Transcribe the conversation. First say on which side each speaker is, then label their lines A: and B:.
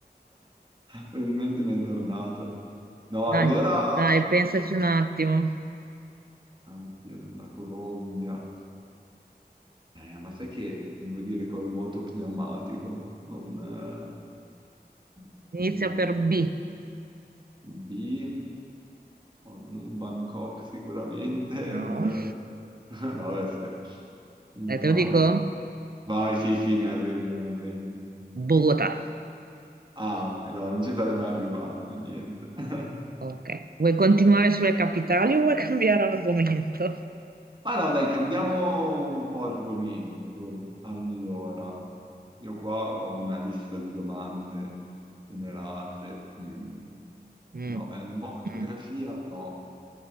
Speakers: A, on the right; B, on the right.
A: Probabilmente mi è tornato. No,
B: Dai,
A: allora...
B: dai, pensaci un attimo.
A: Oddio, della Colombia. Eh, ma sai che devo dire col vuoto pneumatico? Non... eh,
B: Inizia
A: mm,
B: per B.
A: B... non Bangkok sicuramente. <laughs>
B: No,
A: beh, No, beh, scher- Vai,
B: dai, te lo dico?
A: vai, sì, sì, mi arrendo, mi arrendo.
B: Bogotà.
A: Ah, ok, no, non ci sarei mai arrivato, niente. <laughs>
B: Ok. Vuoi continuare sulle capitali o vuoi cambiare argomento?
A: Ma no, dai, cambiamo un po' argomento. Allora, io qua ho una lista di domande generate. Mm.
B: Mm,
A: No, beh, di nuovo geografia
B: mm.
A: no.